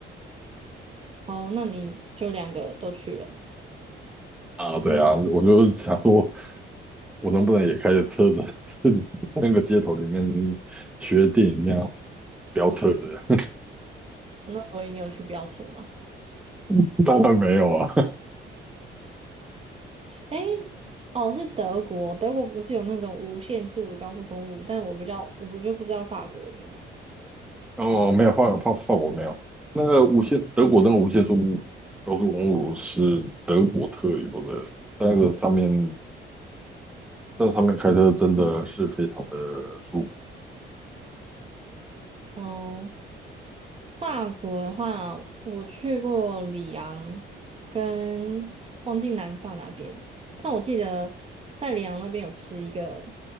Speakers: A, on the right; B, in the centre.
A: 哦，那你就两个都去了，
B: 啊，对啊，我就想说，我能不能也开着车子 <laughs> 在那个街头里面学电影那样飙车的？
A: 那所以你有去飙车吗？
B: <laughs> 当然没有啊。
A: 哎，哦，是德国，德国不是有那种无限速的高速公路，但我不知道，我就不知道法国有没有。
B: 哦，没有法法法国没有。那个无限德国那个无限速高速公路是德国特有的，在那个上面，在上面开车真的是非常的舒服。
A: 哦。法国的话，我去过里昂跟 <tsk> 忘记南法那边，但我记得在里昂那边有吃一个，